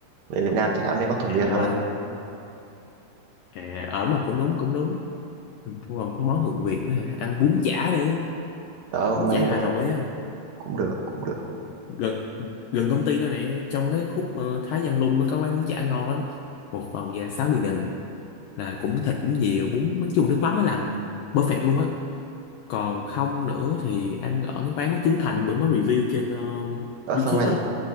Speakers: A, on the right; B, on the left.
A: về Việt Nam chắc ăn mấy món thuần
B: à
A: Việt thôi
B: quên luôn. à ở mà cũng đúng cũng đúng còn có món thượng viện nữa hả? ăn bún chả đi
A: đó
B: bún
A: mày
B: chả
A: mày
B: Hà Nội á
A: cũng được cũng được
B: gần gần công ty đó nè trong cái khúc ờ, Thái Văn Lung nó có quán bún chả ngon lắm một phần về 60 nghìn là cũng thịt cũng nhiều bún nói chung nước mắm nó làm perfect luôn á còn không nữa thì ăn ở cái quán của Trấn Thành bữa mới review trên ờ,
A: đó
B: YouTube
A: sao mày đi
B: á